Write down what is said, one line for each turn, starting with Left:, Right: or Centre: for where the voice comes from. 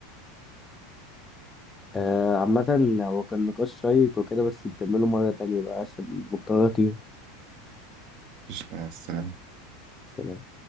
Left: آه، عامة هو كان نقاش شيق وكده بس نكمله مرة تانية بقى عشان مضطر أطير
Right: قشطة، مع السلامة
Left: سلام